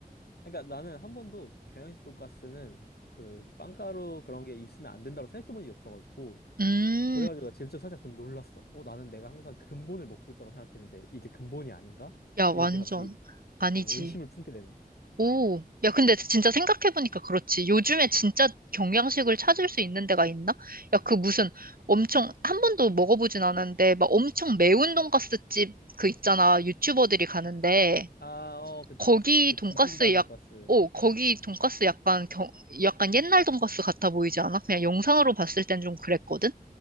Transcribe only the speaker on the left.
그러니까 나는 한 번도 경양식 돈가스는 그 빵가루 그런 게 있으면 안 된다고 생각해 본 적이 없어가지고
그래가지고 나 직접 살짝 좀 놀랐어. 어 나는 내가 항상 근본을 먹고 있다고 생각했는데 이게 근본이 아닌가?
이렇게 갑자기
어, 의심을 품게 되네.
아, 어, 그,
디- 그
디진다 돈가스.